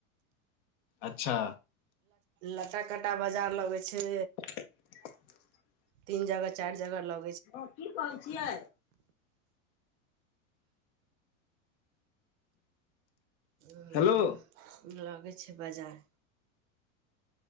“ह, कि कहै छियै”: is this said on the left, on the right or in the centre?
Left